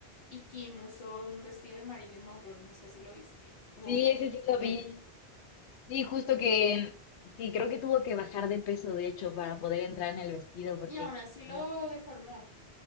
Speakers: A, on the left (about 60°); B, on the left (about 85°).
A: y Kim usó un vestido de Marilyn Monroe, no sé si lo viste. Hubo
B: Sí,
A: como
B: ese
A: mucha
B: sí lo
A: polémica.
B: vi. Sí, justo que, que creo que tuvo que bajar de peso, de hecho, para poder entrar en el vestido, porque
A: Y aún
B: iba
A: así
B: como-
A: lo deformó,